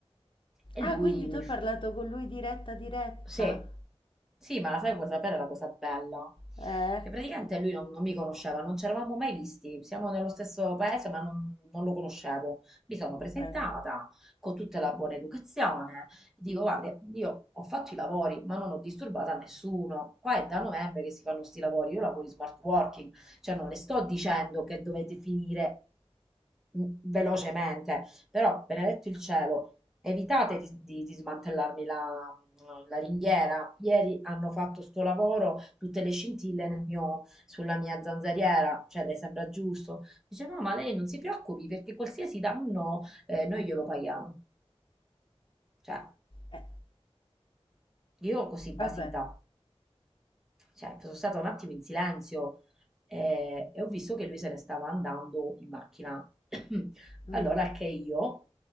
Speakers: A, in the centre; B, on the left.
A: E lui
B: Ah, quindi
A: mi
B: tu hai parlato con lui diretta diretta?
A: Sì, sì, ma la sai cosa sapere la cosa bella?
B: Eh,
A: Che praticamente lui non, non mi conosceva, non ci eravamo mai visti, siamo nello stesso paese ma non, non lo conoscevo. Mi sono presentata
B: eh,
A: con tutta la buona educazione, dico guarda, io ho fatto i lavori ma non ho disturbato a nessuno, qua è da novembre che si fanno sti lavori, io lavoro in smart working, cioè non le sto dicendo che dovete finire mm, velocemente, però benedetto il cielo. Evitate di, di- di smantellarmi la, la ringhiera. Ieri hanno fatto sto lavoro, tutte le scintille nel mio- sulla mia zanzariera, cioè le sembra giusto. Dice no, ma lei non si preoccupi perché qualsiasi danno eh, noi glielo paghiamo. Cioè,
B: eh,
A: io così
B: vabbè.
A: basita. Certo, sono stata un attimo in silenzio eh, e ho visto che lui se ne stava andando in macchina. <clears throat>
B: Mm.
A: Allora, anche io,